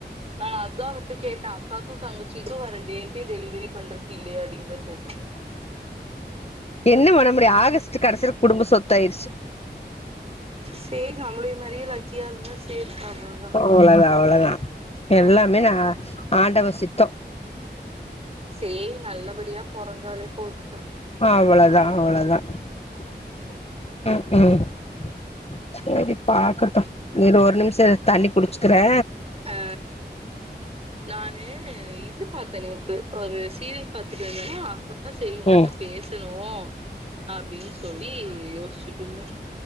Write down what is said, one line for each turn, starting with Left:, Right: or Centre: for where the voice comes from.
Right: நா அதா அவுர்ட்ட கேட்டே அக்காக்கு தங்கச்சிக்கு வேற டேட்டே டெலிவரி பண்றக்கு இல்லையாடின்தா கேட்டே
Left: என்ன பண்ண முடியு ஆகஸ்ட் கடைசியில குடும்ப சொத்தா ஆயிருச்சு
Right: சேரி சம்மலியு மாரி லக்கியா இருந்தா சேரி அவ
Left: அவ்ளதா அவ்ளதா எல்லாமே நா ஆண்டவ சித்தோ
Right: சேரி நல்லபடியா பொறந்தாலே போதுத
Left: அவ்வளதா அவ்வளதா <unintelligible> சேரி பாக்கட்டு நீ ஒரு நிமிஷ இரு தண்ணி புடிச்சுக்கிறே
Right: ஆ நானு இது பாத்தே நேத்து ஒரு சீரியல் பாத்துட்டு இருந்தனா அப்ப செரி உங்கட்ட
Left: ம்
Right: பேசணு அப்டின் சொல்லி யோசிச்சுட்டு இருந்தே